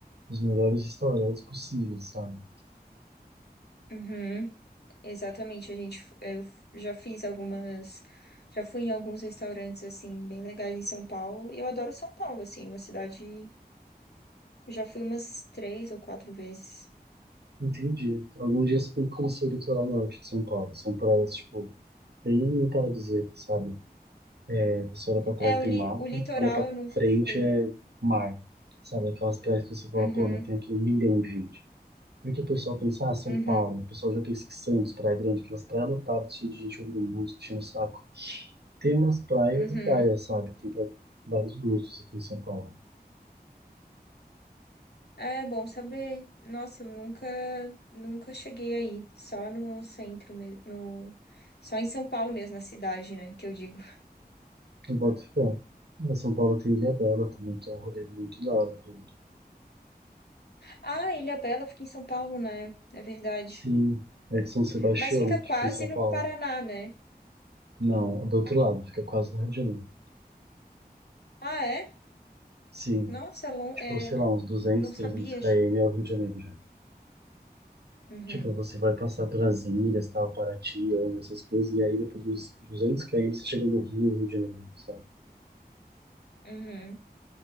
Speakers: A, on the right (about 80°); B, on the left (about 75°).
A: os melhores restaurantes possíveis, sabe?
B: Uhum, exatamente, a gente f- eu f- já fiz algumas já fui em alguns restaurantes assim bem legais em São Paulo. e Eu adoro São Paulo assim, uma cidade Eu já fui umas três ou quatro vezes.
A: Entendi. Algum dia você tem que conhecer o litoral norte de São Paulo. São praias, tipo, bem paradisíacas, sabe? É, você olha pra trás
B: É,
A: tem
B: o, li
A: mato,
B: o litoral
A: olha pra
B: eu nunca
A: frente
B: fui.
A: é mar, sabe? Aquelas praias que você fala,
B: Uhum,
A: pô, não tem aqui um milhão de gente. Porque o pessoal pensa, ah, São
B: uhum,
A: Paulo. O pessoal já pensa que Santos, Praia Grande, aquelas praias lotadas, cheias de gente ouvindo música, enchendo o saco. Tem umas praias
B: uhum.
A: e praias, sabe? Tem pra vários gostos aqui em São Paulo.
B: É bom saber. Nossa, eu nunca, nunca cheguei aí. Só no centro mesmo. No... Só em São Paulo mesmo, na cidade, né? Que eu digo.
A: Eu boto fé. Em São Paulo tem Ilha Bela também, que é um rolê muito da hora pra mim.
B: Ah, Ilhabela fica em São Paulo, né? É verdade.
A: Sim, é de São Sebastião,
B: Mas fica
A: que
B: quase
A: fica em São
B: no
A: Paulo.
B: Paraná, né?
A: Não, do outro lado, fica quase no Rio de Janeiro.
B: Ah, é?
A: Sim,
B: Nossa, é lon-
A: tipo,
B: é...
A: sei lá, uns 200,
B: não
A: 300
B: sabia.
A: km é o Rio de Janeiro já.
B: Uhum,
A: Tipo, você vai passar pelas ilhas, tal, Paraty, essas coisas, e aí depois dos 200 km você chega no Rio, Rio de Janeiro, sabe?
B: uhum.